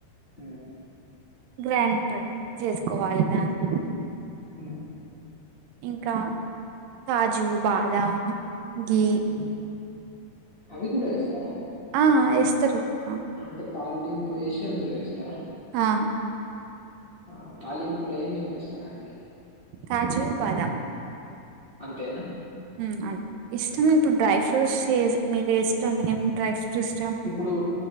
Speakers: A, on the left; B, on the right.
A: ఉమ్
B: గ్రాండ్ పట్ చేసుకోవాలి దాంట్ల
A: హ
B: ఇంకా కాజు, బాదం, ఘి
A: ఉమ్ అవి గుడా ఏస్తరా?
B: ఆ ఏస్తరు కదా.
A: అంటే తాలింపు ఏసి అందులో ఏస్తరా?
B: ఆ
A: ఆ తాలింపుల ఏమేమి ఏస్తరండి?
B: కాజు, బాదం
A: అంతేనా?
B: ఉమ్ అం ఇష్టం ఇప్పుడు డ్రై ఫ్రూట్స్ ఎస్ మీద ఇష్టంఏం డ్రై ఫ్రూట్స్ ఇష్టం.
A: ఇప్పుడు